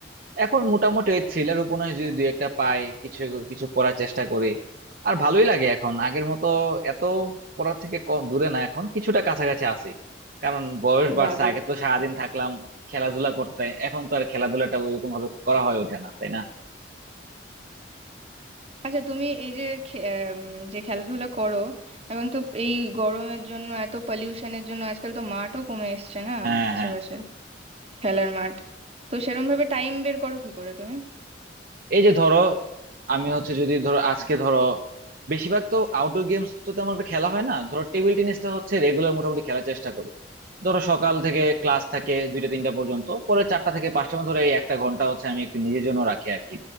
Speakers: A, on the right; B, on the right.
A: এখন মোটামুটি ওই থ্রিলার উপন্যাস যদি দুই একটা পাই কিছু কিছু পড়ার চেষ্টা করি আর ভালোই লাগে এখন আগের মতো এত পড়ার থেকে ক- দূরে না এখন কিছুটা কাছাকাছি আছি কারণ বয়স বাড়ছে
B: বা
A: আগে তো সারাদিন থাকলাম খেলাধুলা করতে এখন তো আর খেলাধুলাটা ওইরকম ভাবে করা হয়ে ওঠে না তাই না
B: আচ্ছা তুমি এই যে খে- আম, যে খেলাধুলা করো এখন তো এই গরমের জন্য এত পলিউশনের জন্য আজকাল তো মাঠও কমে এসছে না
A: হ্যাঁ
B: আশেপাশে
A: হ্যাঁ
B: খেলার মাঠ তো সেরম ভাবে টাইম বের করো কি করে তুমি
A: এই যে ধরো আমি হচ্ছে যদি ধরো আজকে ধরো বেশিরভাগ তো আউটডোর গেমস তো তেমন একটা খেলা হয় না ধরো টেবিল টেনিসটা হচ্ছে রেগুলার মোটামুটি খেলার চেষ্টা করি ধরো সকাল থেকে ক্লাস থাকে দুইটা তিনটা পর্যন্ত পরে চারটা থেকে পাঁচটা পর্যন্ত ধরো এই একটা ঘন্টা হচ্ছে আমি একটু নিজের জন্য রাখি আর কি